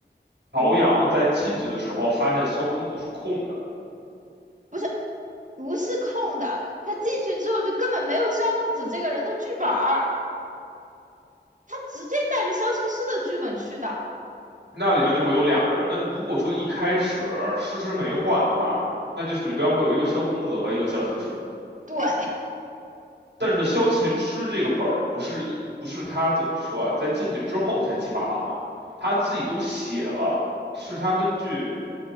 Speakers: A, on the right; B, on the right.
A: 朝阳在进去的时候发现萧公子是空的？
B: 嗯，不是不是空的，他进去之后就根本没有萧公子这个人的剧本儿，他直接带着萧琴师的剧本去的，
A: 那里边就会有两个人。那如果说一开始诗诗没换的话，那就里边会有一个萧公子和一个萧琴师。
B: 对，
A: 但是萧琴师这个本儿不是一不是他怎么说啊，在进去之后才计划好的，他自己都写了，是他根据